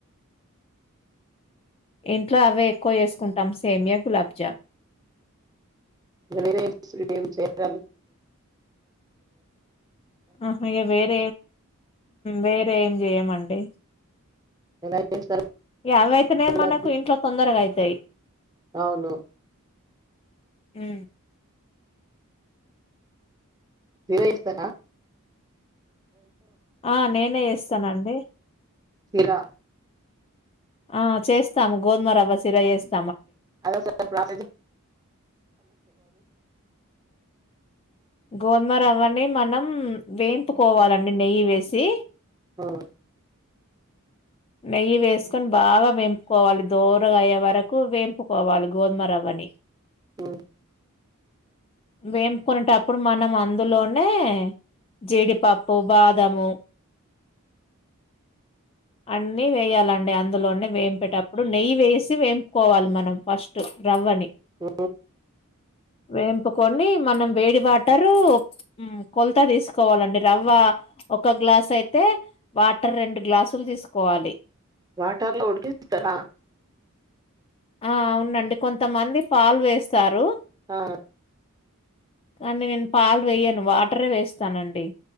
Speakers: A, on the left; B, on the right.
A: ఇంట్లో అవే ఎక్కువ వేసుకుంటాం సేమియా గులాబ్జామ్
B: వేర చేాల
A: ఆ అ వేర వేర ఏం చేయంం మండడి
B: ఎలా చేస్తారు
A: అవైతేనే
B: గులాబ్
A: మనకు
B: జామ్?
A: ఇంట్లో తొందరగా అవుతాయి
B: అవును
A: అ
B: సిర ఇస్తార
A: ఆ నేనే ఇస్తానండి
B: చిరా
A: ఆ చేస్తాము గోధుమ రవ్వ వేస్తాం
B: అ ప్ర
A: గోధుమ రవని మనం వేంపుకోవాలండి నెయ్యి వేసి
B: ఆ
A: నెయ్యి వేసుకొని బాగా వంపుకోవాలి దోరగాయ్యే వరకు వేంపుకోవాలి గోధుమ రవ్వని
B: ఆ
A: వేంపుకునేటప్పుడు మనం అందులోనే జీడిపప్పు బాదము అన్నీ వేయాలండి అందులోనే వేంపేటప్పుడు నెయ్యి వేసి వేంపుకోవాలి మనం ఫస్ట్ రవ్వని
B: ఆ
A: వేంపుకొని మనం వేడి వాటరు కొలతా తీసుకోవాలండి రవ్వ ఒక గ్లాస్ అయితే వాటర్ రెండు గ్లాస్ పలు తీసుకోవాలి
B: వాటర్లో ఉడికిస్తత
A: ఆ అవునండి కొంతమంది పాలు వేస్తారు
B: ఆ
A: కానీ నేను పాలు వేయను వాటరే వేస్తానండి